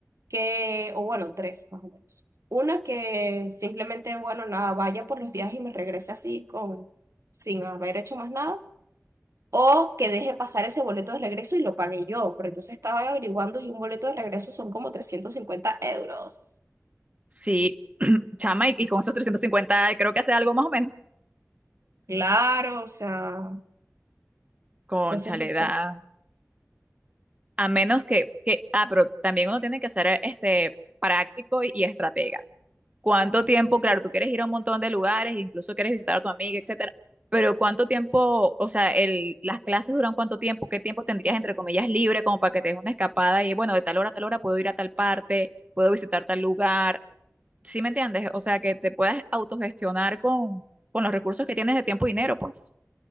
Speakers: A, on the right (about 65°); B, on the right (about 25°).
A: que, o bueno, tres más o menos. Una que simplemente, bueno, nada, vaya por los días y me regrese así con, sin haber hecho más nada, o que deje pasar ese boleto de regreso y lo pague yo, pero entonces estaba averiguando y un boleto de regreso son como 350 euros.
B: sí. chama, y, y con esos 350 creo que hace algo más o menos.
A: Claro, o sea,
B: Cónchale,
A: entonces no sé.
B: da. A menos que, que, ah, pero también uno tiene que ser este, práctico y, y estratega. ¿Cuánto tiempo? Claro, tú quieres ir a un montón de lugares, incluso quieres visitar a tu amiga, etcétera, pero ¿cuánto tiempo, o sea, el, las clases duran cuánto tiempo? ¿Qué tiempo tendrías, entre comillas, libre como para que te des una escapada y, bueno, de tal hora a tal hora puedo ir a tal parte, puedo visitar tal lugar? ¿Sí me entiendes? O sea, que te puedas autogestionar con, con los recursos que tienes de tiempo y dinero, pues.